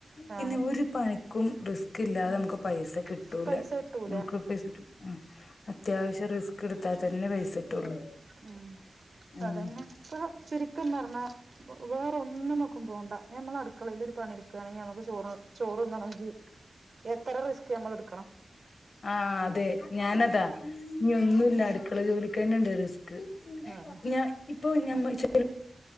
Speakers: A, on the right; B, on the left.
A: ആഹ്
B: പിന്നെ ഒരു പണിക്കും റിസ്ക് ഇല്ലാതെ
A: ഉം
B: മ്മക്ക് പൈസ കിട്ടൂല
A: പൈസ കിട്ടൂല
B: നമ്മ്ക്ക് റിസ്ക് അത്യാവശ്യം റിസ്കിട് താതന്നെ പൈസ- കിട്ടുള്ളൂ
A: ഉം
B: ഉം
A: അതന്നെ ഇപ്പ ചുരുക്കം പറഞ്ഞാ വേറൊന്നുനോക്കും പോണ്ട ഞമ്മളടുക്കളേലൊരു പണിടുക്കാണെങ്കി മ്മക്ക് ചോറ് ചോറുണ്ണണെങ്കി എത്ര റിസ്ക് ഞമ്മളെട്
B: ആഹ് അതെ ഞാനതാ ഇനി ഒന്നൂല്ല
A: ഏഹ്
B: അടുക്കളജോലിക്കന്നെണ്ട്റിസ് ക്ക്
A: ആഹ്
B: ഞ ഇപ്പൊ ഞമ്മ
A: അപ്പൊ
B: ചെ